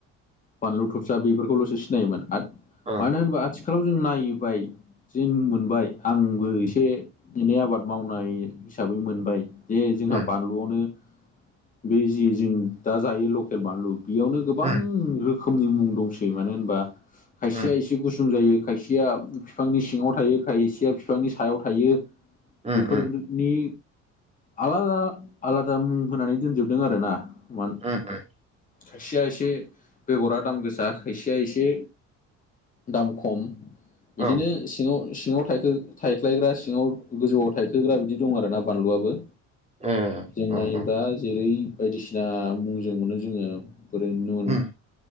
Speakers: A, on the left; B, on the right.
A: बानलु थबसा बेफोरखौल'सो सिनायोमोन आद
B: औ उम
A: मानो होनबा आथि। खालाव जों नायबाय जिन मोनबाय आंबो इसे। एनै आबाद मावनाय हिसाबै मोनबाय जे जोंहा
B: उम
A: बानलुआवनो। बे जि जों दा जायो लकेल बानलु बेयावनो गोबां
B: उम
A: रोखो। खोमनि मुं दंसै मानो होनबा। खायसेया
B: उम
A: एसे गुसुं जायो खायसेया बिफांनि सिङाव थायो खाय। सेया फिफांनि सायाव थायो
B: उम
A: बेफोरनि
B: उम
A: आलादा। आलादा मुं होनानै दोनजोबदों आरोना। मानो
B: ओम-ओम।
A: खायसेया एसे बेगरा दाम गोसा खायसेया एसे। दाम खम बिदिनो
B: औ
A: सिङाव-सिङाव थाइ। थायख्लायग्रा सिङाव, गोजौआव थाइखोग्रा बिदि दं आरो ना बानलुआबो।
B: ए
A: जों नायोब्ला
B: औ औ
A: जेरै बायदिसिना मुंजों मोनो जोङो। ओरै नुन।
B: उम